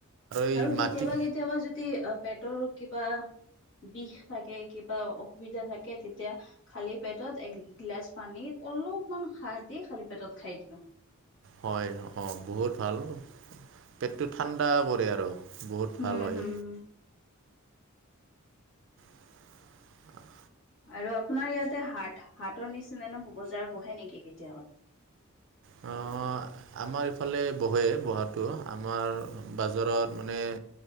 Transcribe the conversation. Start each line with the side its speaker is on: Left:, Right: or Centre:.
Right: এই
Left: আৰু কেতিয়াবা
Right: মাটি
Left: কেতিয়াবা যদি আ' পেটৰ কিবা বিষ থাকে, কিবা অসুবিধা থাকে তেতিয়া খালি পেটত এক গিলাচ পানীত অলপমান খাৰ দি খালি পেটত খাই দিবা।
Right: হয়, অ, বহুত ভাল পেটটো ঠাণ্ডা পৰে আৰু। বহুত
Left: হুম
Right: ভাল হয়।
Left: হুম।
Right: উম,
Left: আৰু আপোনাৰ ইয়াতে হাত হাতৰ নিচিনানো ম বজাৰ বহে নেকি কেতিয়াবা?
Right: অ', আমাৰ ইফালে বহে বহাটো আমাৰ বাজাৰত মানে।